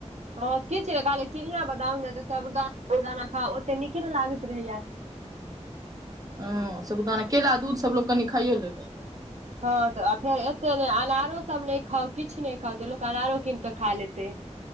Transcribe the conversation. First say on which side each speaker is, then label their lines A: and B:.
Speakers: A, on the right (about 70°); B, on the right (about 30°).
A: हँ की छै खाली चिनिया बदाम ने त साबुदाना खाउ ओते नीके ने लागैत रहैया
B: हुं साबुदाना केला दूध सब लोक कनि खायो लेतै
A: हँ तऽ फेर एते नहि अनारो सब नहि खाउ किछु नहि खाउ जे लोक अनारो कीन कऽ खा लेते